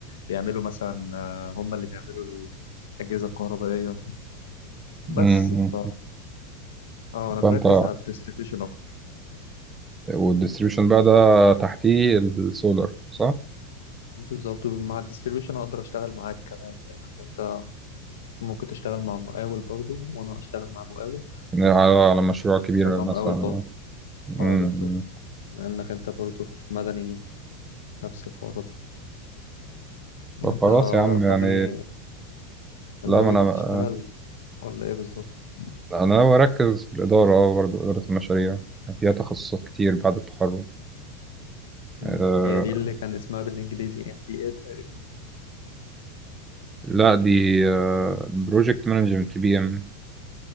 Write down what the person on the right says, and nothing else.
مم.
فانت
والديستريبيوشن بقى ده تحتيه السولار صح؟
يعني على على مشروع كبير
مثلا
امم
طب
خلاص يا عم يعني
لا ما انا
آه،
انا ناوي اركز في الاداره آه، برضه اداره المشاريع فيها تخصصات كتير بعد التخرج أه
لا دي بروجكت مانجمنت بي ام